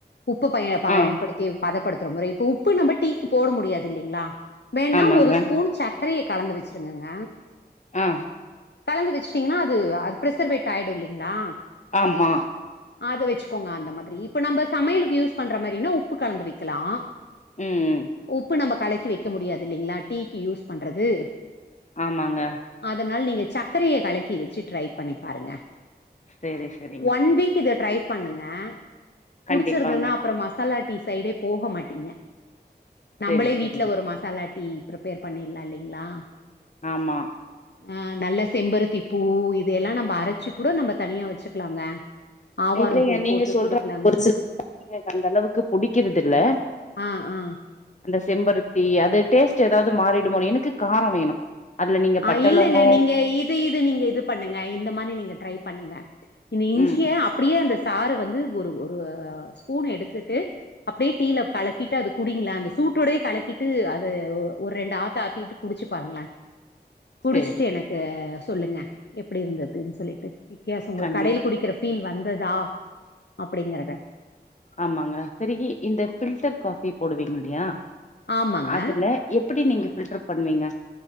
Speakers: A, on the left (about 75°); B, on the left (about 45°).
A: உப்பு பய ப பயன்படுத்தி
B: ஆ
A: பதப்படுத் துற முறை இப்ப உப்பு நம்ம டீக்கு போட முடியாது இல்லிங்ளா வேணா
B: ஆமாங்க
A: ஒரு ஸ்பூன் சக் சக்கரையை கலந்து வச்சிருங்கங்க
B: அஹ்
A: கலந்து வச்சுட்டீங்கன்னா அது அது பிரிசர்வேட் ஆயிடு இல்லிங்களா
B: ஆமா
A: அது வச்சுக்கோங்க அந்த மாதிரி இப்ப நம்ம சமையலுக்கு யூஸ் பண்ற மாரினா உப்பு கலந்து வைக்கலா
B: ம்
A: உப்பு நம்ம கலைக்கி வைக்க முடியாது இல்லிங்களா டீக்கு யூஸ் பண்றது
B: ஆமாங்க
A: அதனால நீங்க சர்க்கரைய கலக்கி வச்சு ட்ரை பண்ணி பாருங்க
B: செரி செரிங்க
A: ஒன் வீக் இது ட்ரைப் பண்ணுங்க புடிச்சிருதுன்னா
B: கண்டிப்பாங்க
A: அப்புற மசாலா டீஸ் சைடே போக மாட்டீங்க நம்மளே
B: செரி செரிங்க
A: வீட்டு்ல ஒரு மசாலாட் டீ ப்ரிப்பேர் பண்ணிடலா இல்லிங்களா
B: ஆமா
A: அ நல்ல செம்பருத்தி பூ இத எல்லா நம்ம அரைச்சு கூட நம்ம தனியா வச்சுக்கலாங்க ஆவாரம்
B: இல்லிங்க
A: பூ
B: நீங்க
A: போட்டு
B: சொல்ற
A: குடிக்கலாங்க
B: ஒரு சில அந்த அளவுக்கு புடிக்கரதுஇல்ல
A: ஆ ஆ
B: அந்த செம்பருத்தி அது இது டேஸ்ட் ஏதாவது மாறிடுமோ எனக்கு காரோ வேணு அதுல நீங்க
A: ஆ
B: பட்ட
A: இல்லங்க
B: லவங்கோ
A: நீங்க இது இது நீங்க இது பண்ணுங்க இந்த மாரி நீங்க ட்ரை பண்ணுங்க இனி இஞ்சிய
B: ம்
A: அப்டியே அந்த சாறு வந்து ஒரு ஒரு ஸ்பூன் எடுத்துட்டு அப்டியே டீல கலக்கிட்டு அது குடிங்ளே அந்த சூட்டோடே கலக்கிட்டு அது ஒரு ரெண்டு ஆத்து ஆத்திட்டு குடிச்சு பாருங்ளே குடுச்ட்டு
B: சேரி
A: எனக்கு சொல்லுங்க எப்டி இருந்ததுன் சொல்லிட்டு வித்யாசொ உங்ளுக்
B: கண்டி
A: கடைல குடிக்கிற ஃபீல் வந்ததா அப்பிடிங்கறத
B: ஆமாங்க சரிகி இந்த ஃபில்டர் காஃபி போடுவீங்கில்லயா
A: ஆமாங்க
B: அதுல எப் புடி நீங்க ஃபில்டர் பண்வீங்க